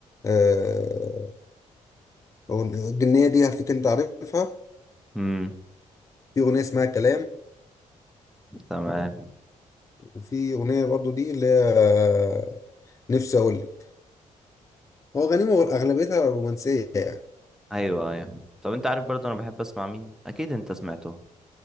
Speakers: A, on the left; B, in the centre.
A: آه الجنيه دي هتلاقيك انت عارفها
B: امم
A: في اغنيه اسمها كلام
B: تمام
A: وفي اغنيه برضو دي اللي هي آه، نفسي اقول لك هو غنيمه اغلبيتها رومانسيه يعني
B: أيوه أيوه طب أنت عارف برضه أنا بحب أسمع مين؟ أكيد أنت سمعته